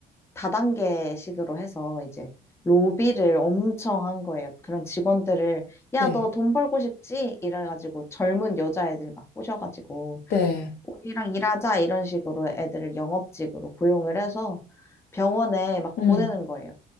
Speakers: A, on the left; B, on the left.
A: 다단계식으로 해서 이제 로비를 엄청 한 거예요. 그런 직원들을 야,
B: 네.
A: 너 돈 벌고 싶지? 이래가지고 젊은 여자애들 막 꼬셔가지고
B: 네.
A: 우리랑 일하자 이런 식으로 애들을 영업직으로 고용을 해서 병원에 막
B: 음.
A: 보내는 거예요.